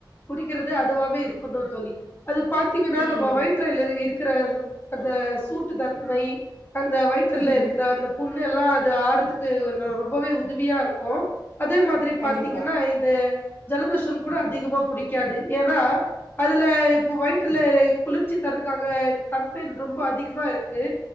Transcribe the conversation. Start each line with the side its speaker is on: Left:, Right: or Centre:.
Left: குடிக்கறது அதுவா இருக்கணு தோழி அது பாத்தீங்கன்னா
Right: ம்
Left: நம்ம வயிற்றுல்ல இருக்கற அந்த சூட்டு தன்மை அந்த வயிற்றுல
Right: ம்
Left: இருக்கற அந்த புண்ணுல்லாம் தாருத் துக்கு ரொம்பவே உதுவியா இருக்கு அதே மாதிரி
Right: கண்டிப்பா
Left: பாத்தீங்கன்னா இந்த ஜலதோஷ கூட அதிகமா புடிக்காது ஏனா அதுல இப்போ வயிற்றுல குளிர்ச்சி தரதுக்காக தன்மென் ரொம்ப அதிகமா இருக்கு